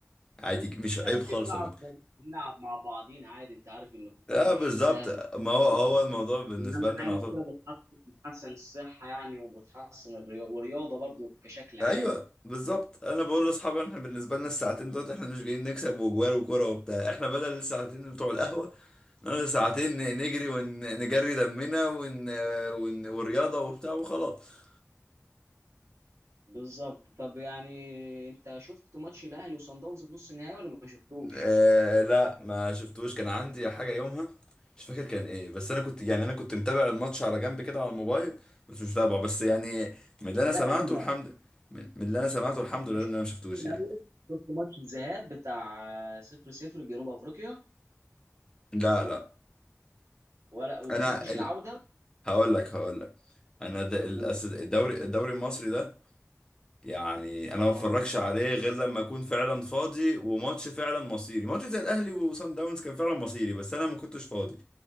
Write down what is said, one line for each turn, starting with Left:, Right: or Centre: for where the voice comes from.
Left: عادي مش
Right: احنا
Left: عيب
Right: ممكن
Left: خالص
Right: نلعب
Left: لما
Right: نلعب مع بعضين عادي انت عارف ان الكورة
Left: لا
Right: مش
Left: بالظبط
Right: بتهدف
Left: ما هو هو
Right: يعني
Left: الموضوع بالنسبه
Right: اهم
Left: لنا
Right: حاجه
Left: أنا
Right: إن
Left: على طول
Right: كده بتحسن بتحسن الصحه يعني وبتحسن الرياضه والرياضه برضو كشكل عام
Left: ايوه بالظبط انا بقول لاصحابي احنا بالنسبه لنا الساعتين دول احنا مش جايين نكسب وجوال وكوره وبتاع احنا بدل الساعتين بتوع القهوه نقعد ساعتين نجري ونجري دمنا ون... ون... والرياضه وبتاع وخلاص
Right: بالظبط طب يعني انت شفت ماتش الاهلي وصن داونز في نص النهائي ولا ما شفتوش؟
Left: آه لا ما شفتوش كان عندي حاجة يومها مش فاكر كان ايه بس انا كنت يعني انا كنت متابع الماتش على جنب كده على الموبايل بس مش متابعه بس يعني من اللي انا سمعته
Right: لا لا.
Left: الحمد من من اللي انا سمعته الحمد
Right: انت
Left: لله
Right: شفت
Left: ان انا ما شفتوش
Right: الاول
Left: يعني
Right: شفت ماتش الذهاب بتاع 0-0 في جنوب افريقيا
Left: لا لا
Right: ولا وما
Left: انا
Right: شفتش
Left: ال...
Right: العوده
Left: هقول لك هقول لك انا د... ال-
Right: اوه
Left: أس- الدوري الدوري المصري ده يعني انا ما بتفرجش
Right: اه
Left: عليه غير لما اكون فعلا فاضي وماتش فعلا مصيري ماتش زي الاهلي وصن داونز كان فعلا مصيري بس انا ما كنتش فاضي